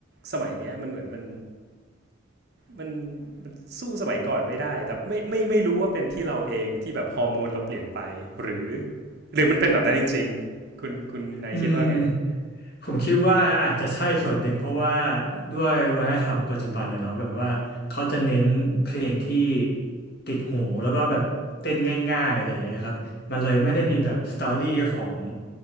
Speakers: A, on the right; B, on the left.
A: สมัยเนี้ยมันเหมือนมันมันมันสู้สมัยก่อนไม่ได้แต่ไม่ไม่ไม่รู้ว่าเป็นที่เราเองที่แบบฮอร์โมนเราเปลี่ยนไปหรือหรือมันเป็นแบบนั้นจริงๆคุณคุณนายคิดว่าไง
B: อืมผมคิดว่าอาจจะใช่ส่วนหนึ่งเพราะว่าด้วยวัฒนธรรมปัจจุบันนะเนาะแบบว่าเขาจะเน้นเพลงที่ติดหูแล้วก็แบบเต้นง่ายๆอะไรอย่างเงี้ยครับมันเลยไม่ได้มีแบบสตอรี่ของ